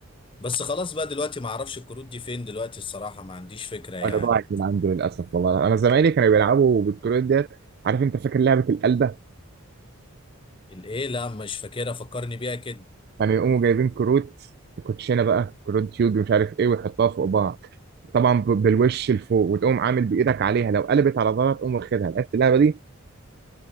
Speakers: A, on the left; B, on the right.
A: بس خلاص بقى دلوقتي ما اعرفش الكروت دي فين دلوقتي الصراحة ما عنديش فكرة يعني
B: انا ضاعت من عنده للاسف والله انا زمايلي كانوا بيلعبوا بالكروت ديت عارف انت فاكر لعبه القلبه
A: الايه لا مش فاكرها فكرني بيها كده
B: كانوا يقوموا جايبين كروت كوتشينه بقى كروت يوجي مش عارف ايه ويحطها فوق بعض طبعا ب- بالوش لفوق وتقوم عامل بايدك عليها لو قلبت على ظهرها تقوم واخدها لعبت اللعبه دي